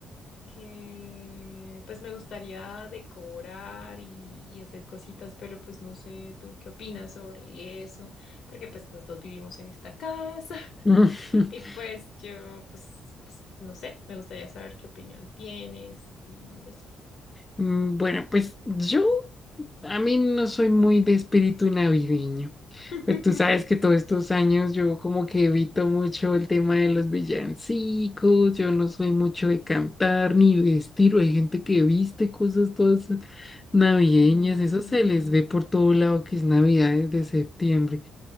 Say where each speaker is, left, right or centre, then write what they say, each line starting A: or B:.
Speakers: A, on the left; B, on the left.
A: que pues me gustaría decorar y, y hacer cositas, pero pues no sé, ¿tú qué opinas sobre eso? Porque pues los dos vivimos en esta casa
B: <laughs>
A: <laughs> y pues yo pues, pues no sé, me gustaría saber qué opinión tienes y eso.
B: Mm, Bueno, pues yo, a mí no soy muy de espíritu navideño.
A: <laughs>
B: Pues tú sabes que todos estos años yo como que evito mucho el tema de los villancicos, yo no soy mucho de cantar ni vestir, hay gente que viste cosas todas navideñas,
A: Sí.
B: eso se les ve por todo lado que es Navidad desde septiembre.